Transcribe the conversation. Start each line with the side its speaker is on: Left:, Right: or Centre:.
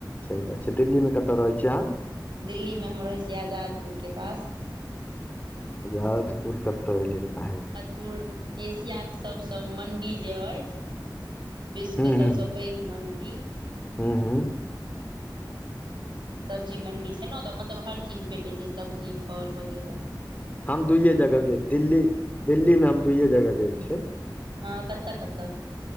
Left: सही बात छै दिल्ली मे कतय रहै छीये अहाँ
Right: दिल्लीमे हम रहैत छी आजाद पुरके पास
Left: आजादपुर कतहु एयलै भाह
Right: पूर्व एशियाक सबसँ मण्डी जे ऐछ विश्वके
Left: हूँ
Right: सभसँ
Left: हूँ
Right: पैघ मण्डी
Left: हूँ हूँ
Right: सब्जी मंडी छै ने ओ तऽ मतलब हर चीज भेटै छै सब्जी फल वगैर
Left: हम दुूइए जगह गेल दिल्ली दिल्लीमे हम दुइए जगह गेल छिये
Right: हँ कतेऽ कतेऽ